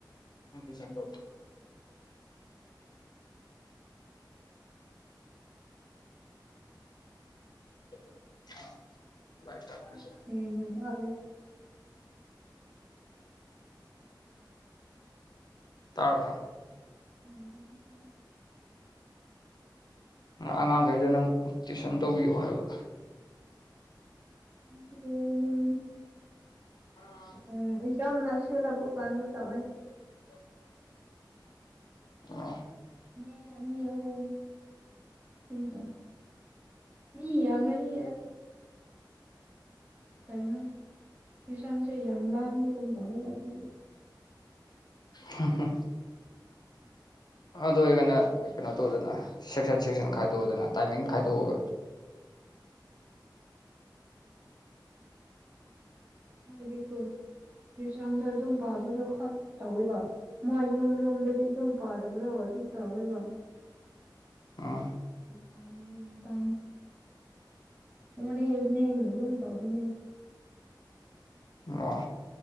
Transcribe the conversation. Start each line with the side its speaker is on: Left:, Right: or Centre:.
Left: ꯐꯁꯟ ꯇ <unintelligible> ꯇꯥꯛꯄꯤ
Right: ꯁꯅꯦ ꯇ ꯑꯦ
Left: ꯇꯥꯕ
Right: ꯍ ꯑꯗꯨꯗꯤ ꯇꯥꯏ
Left: ꯑꯉꯥꯡꯈꯩꯗꯣ ꯅꯪ ꯇꯨꯁꯟ ꯇꯧꯕꯤꯌꯣ ꯍꯥꯏꯕ
Right: ꯝ
Left: ꯑ
Right: ꯎ ꯑꯦꯖꯥ ꯅꯁꯤꯂꯕꯨ ꯀꯥꯟꯗ ꯇꯧꯋꯦ
Left: <inaudible> ꯑꯣ
Right: ꯃꯤꯅꯤ ꯍ ꯇꯀ ꯃꯤ ꯌꯥ ꯃꯗꯤ ꯀꯩꯅꯣ ꯀꯤꯁꯟꯁꯦ ꯌꯥꯝ ꯂꯥꯡꯕꯒꯨꯝ ꯇꯧꯋꯦꯕ ꯑꯗꯨꯒꯤ
Left: ꯍ ꯍ ꯑꯗꯨ ꯑꯣꯏꯔꯒꯅ ꯀꯩꯅꯣ ꯇꯧꯗꯅ ꯁꯦꯛꯁꯟ ꯁꯦꯛꯁꯟ ꯈꯥꯏꯗꯣꯛꯑꯗꯅ ꯇꯥꯏꯃꯤꯡ ꯈꯥꯏꯗꯣꯛꯑꯒ
Right: <inaudible> ꯉꯀꯣ ꯌꯁꯥꯟꯗꯔ ꯑꯗꯨꯝ ꯄꯕꯗꯨ ꯈ ꯇꯧꯋꯦꯕꯣ ꯃꯣꯏ ꯌꯨꯝ ꯌꯨꯝꯗ ꯁꯤ ꯑꯗꯨꯝ ꯄꯥꯗꯕ꯭ꯔꯑꯣ ꯇꯨ ꯇꯥꯋꯦ ꯋꯥ ꯑ
Left: ꯎꯝ
Right: ꯇ ꯇ ꯍꯅꯦꯕꯅꯦꯗ ꯍ ꯇꯕꯅꯦ
Left: ꯋꯥ